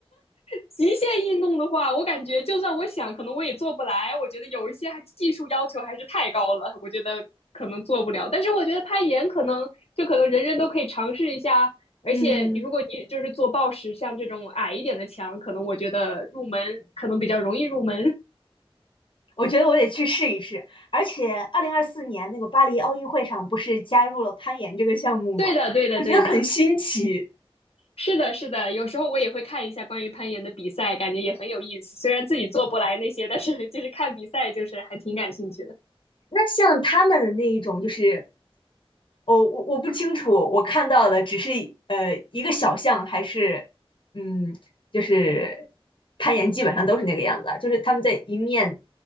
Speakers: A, on the left; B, on the left.
A: 极限运动的话，我感觉就算我想，可能我也做不来。我觉得有一些还技术要求还是太高了，我觉得可能做不了。但是我觉得攀岩可能就可能人人都可以尝试一下，而且如果你就是做抱石，
B: 嗯。
A: 像这种矮一点的墙，可能我觉得入门可能比较容易入门。
B: 我觉得我得去试一试。而且，二零二四年那个巴黎奥运会上不是加入了攀岩这个项目吗？
A: <laughs> 对的，对的，
B: 我觉得很新奇。
A: 对的，是的，是的。有时候我也会看一下关于攀岩的比赛，感觉也很有意思。虽然自己做不来那些，但是就是看比赛，就是还挺感兴趣的。
B: 那像他们的那一种，就是我我我不清楚，我看到的只是呃一个小项，还是嗯，就是攀岩基本上都是那个样子啊，就是他们在一面